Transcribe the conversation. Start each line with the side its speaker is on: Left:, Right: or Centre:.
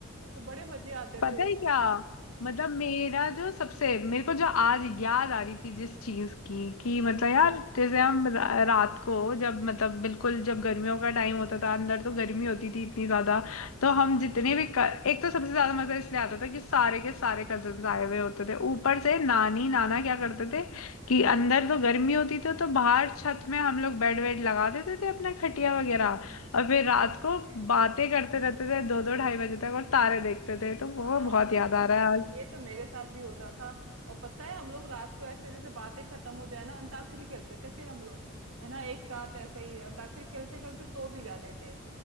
Right: तो बड़े मजे आते
Left: पता
Right: थे उसमें
Left: है क्या
Right: ना
Left: मतलब मेरा जो सबसे मेरे को जो आज याद आ रही थी जिस चीज की कि मतलब
Right: हम्म
Left: यार जैसे हम रा- रात को जब मतलब बिल्कुल जब गर्मियों का टाइम होता था अंदर तो गर्मी होती थी इतनी ज्यादा तो हम जितने
Right: हम्म,
Left: भी क- एक तो सबसे ज्यादा मजा इसलिए आता था कि सारे के सारे कजन आए हुए होते थे ऊपर से नानी नाना क्या करते थे कि अंदर तो गर्मी होती थी तो बाहर छत में हम लोग बेड वेड लगा देते थे अपना खटिया वगैरह और फिर
Right: तो
Left: रात
Right: सही
Left: को
Right: है
Left: बातें करते रहते थे दो दो ढाई बजे तक और तारे देखते थे तो वो
Right: हाँ,
Left: बहुत याद आ रहा है आज
Right: ये तो मेरे साथ भी होता था और पता है हम लोग रात को ऐसे जैसे बातें खत्म हो जाए ना अंताक्षरी खेलते थे फिर हम लोग है ना एक साथ ऐसे ही अंताक्षरी खेलते खेलते सो भी जाते थे